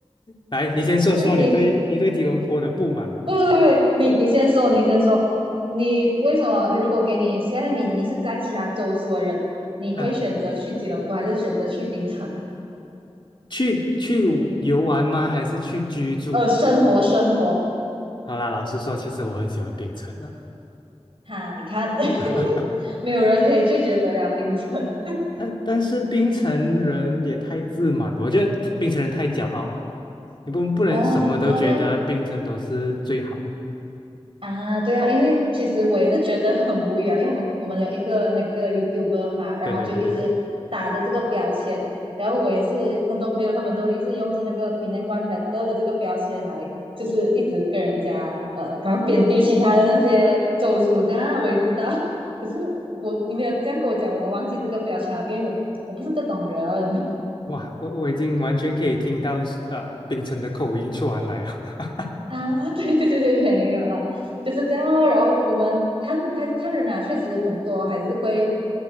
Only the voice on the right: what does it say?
<laughs> 你。不不不，你你先说，你先说。你为什么？如果给你现在你你是在其他州属的人，你会选择去吉隆坡，
还是选择去槟城？
呃，生活生活，
哈，你看，<laughs>
没有人可以拒绝得了槟城。
哦，是这的咩？啊，对啊，因为其实我也是觉得很无语啊，因为我们我们有一个那个 YouTuber 嘛，然后就一直打着这个标签，
然后我也是很多朋友他们都一直用着那个 b e n a n g One Better 的这个标签来，就是一直跟人家呃，然后贬低其他的那些州属这样啊我也知道，<laughs> 可是我你没有这样跟我讲，我都忘记这个标签了，因为我我不是这种人。
啊，<laughs> 对对对，没有啦，就是这样哦。然后我们看开始看人啊，确实很多还是会，